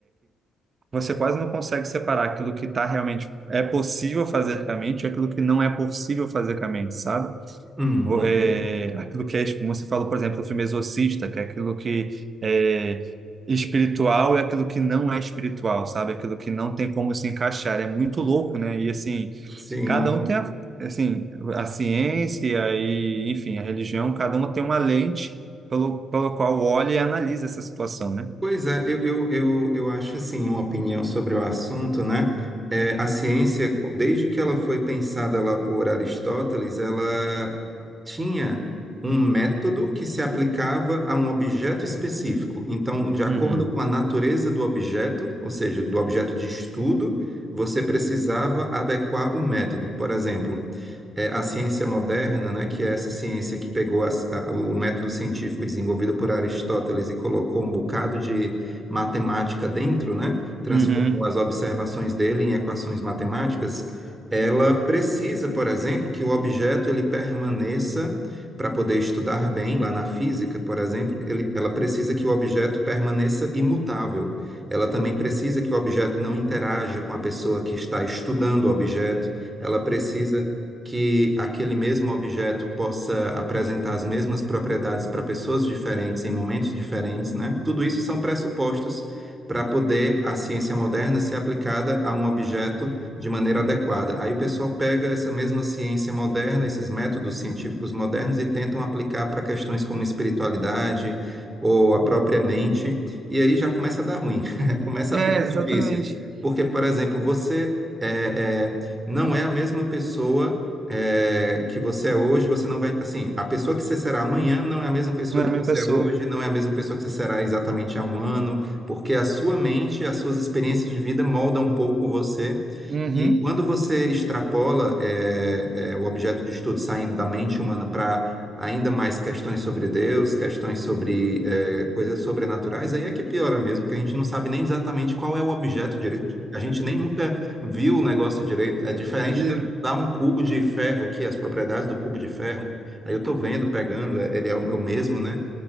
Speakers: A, on the right (about 40°); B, on the right (about 20°).
A: você quase não consegue separar aquilo que tá realmente é possível fazer com a mente e aquilo que não é possível fazer com a mente, sabe?
B: Uhum,
A: Vo- É, aquilo que é, como você falou, por exemplo, do filme Exorcista, que é aquilo que é espiritual e aquilo que não é espiritual, sabe? Aquilo que não tem como se encaixar. É muito louco, né? E assim,
B: sim.
A: cada um tem a, assim, a ciência e, enfim, a religião, cada uma tem uma lente pelo, pelo qual olha e analisa essa situação, né?
B: Pois é, eu, eu, eu, eu acho assim, uma opinião sobre o assunto, né? É, a ciência, desde que ela foi pensada lá por Aristóteles, ela tinha um método que se aplicava a um objeto específico. Então, de acordo
A: Uhum.
B: com a natureza do objeto, ou seja, do objeto de estudo, você precisava adequar o método. Por exemplo, é, a ciência moderna, né, que é essa ciência que pegou as- a- o método científico desenvolvido por Aristóteles e colocou um bocado de matemática dentro, né, transformou
A: Uhum.
B: as observações dele em equações matemáticas, ela precisa, por exemplo, que o objeto ele permaneça para poder estudar bem lá na física, por exemplo, ele- ela precisa que o objeto permaneça imutável. Ela também precisa que o objeto não interaja com a pessoa que está estudando o objeto. Ela precisa que aquele mesmo objeto possa apresentar as mesmas propriedades para pessoas diferentes em momentos diferentes, né? Tudo isso são pressupostos para poder a ciência moderna ser aplicada a um objeto de maneira adequada. Aí o pessoal pega essa mesma ciência moderna, esses métodos científicos modernos e tentam aplicar para questões como espiritualidade ou a própria mente, e aí já começa a dar ruim, <laughs> começa
A: É,
B: a ficar
A: exatamente.
B: difícil. Porque, por exemplo, você é, é, não é a mesma pessoa é, que você é hoje, você não vai. Assim, a pessoa que você será amanhã não é a mesma pessoa
A: Não é
B: que
A: a mesma
B: você
A: pessoa.
B: é hoje, não é a mesma pessoa que você será exatamente há um ano, porque a sua mente, as suas experiências de vida moldam um pouco você.
A: Uhum.
B: E quando você extrapola é, é, o objeto de estudo saindo da mente humana para ainda mais questões sobre Deus, questões sobre é, coisas sobrenaturais, aí é que piora mesmo, que a gente não sabe nem exatamente qual é o objeto direito, a gente a gente nem nunca viu o negócio direito. É diferente
A: E,
B: tá um cubo de ferro aqui, as propriedades do cubo de ferro. Aí eu tô vendo, pegando, ele é o é o mesmo, né?